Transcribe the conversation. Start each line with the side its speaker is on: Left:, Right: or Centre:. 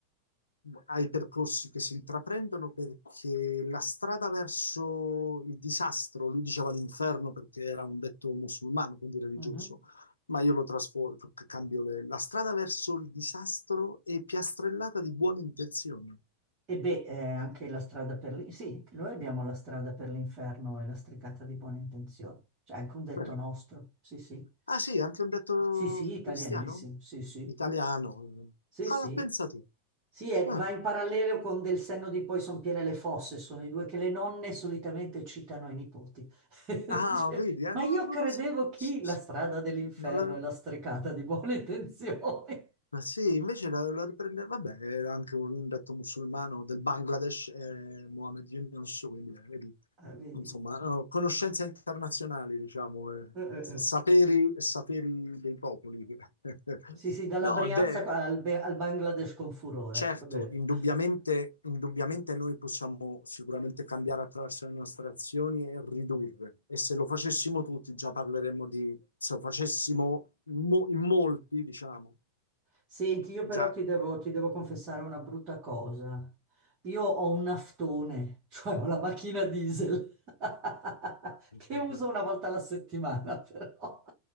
Left: ai percorsi che si intraprendono perché la strada verso il disastro, lui diceva l'inferno perché era un detto musulmano, quindi religioso,
Right: mhm.
Left: ma io lo trasformo, cambio le- la strada verso il disastro è piastrellata di buone intenzioni.
Right: E beh, eh, anche la strada per lì. Sì, noi abbiamo la strada per l'inferno e la stricata di buone intenzioni. C'è anche un detto
Left: Bene.
Right: nostro. Sì, sì.
Left: Ah sì, anche un detto
Right: Sì, sì, italianissimo.
Left: cristiano?
Right: Sì, sì.
Left: Italiano.
Right: Sì,
Left: Ah,
Right: sì.
Left: ma pensa tu.
Right: Sì, e
Left: Ah,
Right: va in parallelo con Del senno di poi son piene le fosse, sono i due che le nonne solitamente citano ai nipoti. <laughs>
Left: ah,
Right: Dice,
Left: vedi, eh,
Right: Ma
Left: no-
Right: io
Left: non
Right: credevo
Left: lo so.
Right: chi?
Left: S-
Right: La
Left: s-
Right: strada dell'inferno
Left: Non l'avevo...
Right: e la strecata di buone <laughs> intenzioni.
Left: Ma sì, invece la, la riprende... Vabbè, era anche un detto musulmano del Bangladesh, eh, Mohammed Yunus, quindi eh, vedi,
Right: Ah, vedi.
Left: insomma,
Right: Ah.
Left: eh, conoscenze internazionali, diciamo, eh,
Right: Eh, eh,
Left: saperi,
Right: eh.
Left: saperi dei popoli. <laughs>
Right: Sì, sì, dalla
Left: No,
Right: Brianza
Left: beh...
Right: al, Be- al Bangladesh con furore.
Left: Certo,
Right: Va bene.
Left: indubbiamente, indubbiamente noi possiamo sicuramente cambiare attraverso le nostre azioni e ridurre. E se lo facessimo tutti, già parleremmo di, se lo facessimo mo- in molti, diciamo,
Right: Senti, io
Left: già.
Right: però ti devo, ti devo confessare una brutta cosa. Io ho un naftone, <laughs> cioè ho la macchina diesel, <laughs>
Left: <laughs>
Right: che uso una volta alla settimana <laughs> però.